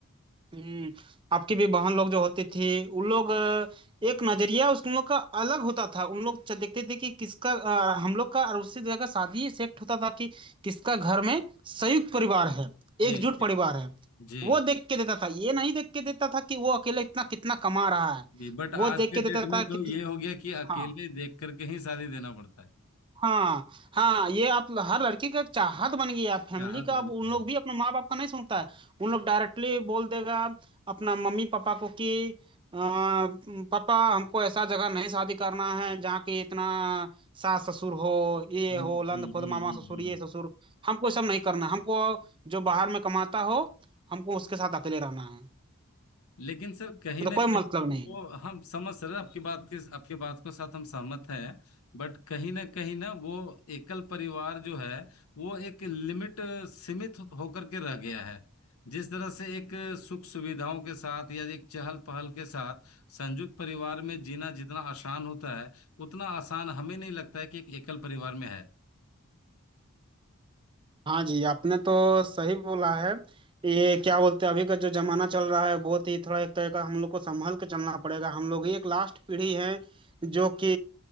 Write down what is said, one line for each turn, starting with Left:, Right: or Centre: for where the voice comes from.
Right: हम्म आपकी भी बहन लोग जो होती थी उन लोग अ, एक नजरिया उस उन लोग का अलग होता था उन लोग च- देखते थे कि किसका अ, हम लोग का और उसी जगह शादी सेट होता था कि किसका घर में संयुक्त परिवार है
Left: जी
Right: एकजुट
Left: जी
Right: परिवार है
Left: जी
Right: वो देख के देता था ये नहीं देख के देता था कि वो अकेले इतना कितना कमा रहा है
Left: जी बट आज
Right: वो देख
Left: के
Right: के
Left: डेट
Right: देता
Left: में
Right: था
Left: तो
Right: कि
Left: ये हो गया कि अकेले
Right: हाँ
Left: देख करके ही शादी देना पड़ता है
Right: हाँ हाँ ये आप हर लड़की का एक चाहत बन गई है फैमिली
Left: चाहत
Right: का
Left: बनी
Right: अब उन लोग
Left: है
Right: भी अपने माँ बाप का नहीं सुनता है उन लोग डायरेक्टली बोल देगा अपना मम्मी पापा को कि अ, पापा हमको ऐसा जगह नहीं शादी करना है जहाँ के इतना सास ससुर हो ये
Left: हम्म
Right: हो लंद
Left: हम्म
Right: फुंद मामा
Left: हम्म
Right: ससुर
Left: हम्म
Right: ये
Left: हम्म।
Right: ससुर हमको ये सब नहीं करना है। हमको जो बाहर में कमाता हो हमको उसके साथ अकेले रहना है
Left: लेकिन सर कहीं
Right: मतलब
Left: ना
Right: कोई
Left: कहीं
Right: मतलब नहीं
Left: वो हम समझ रहे हैं, आपकी बात के आपकी बात को साथ हम सहमत हैं बट कहीं ना कहीं ना वो एकल परिवार जो है वो एक लिमिट अ, सीमित होकर के रह गया है जिस तरह से एक अ, सुख सुविधाओं के साथ या एक चहल पहल के साथ संयुक्त परिवार में जीना जितना आसान होता है उतना आसान हमें नहीं लगता है कि एक एकल परिवार में है
Right: हाँ जी आपने तो सही बोला है ये क्या बोलते हैं अभी का जो जमाना चल रहा है बहुत ही थोड़ा एक तरह का हम लोग को संभल के चलना पड़ेगा हम लोग ही एक लास्ट पीढ़ी है जो कि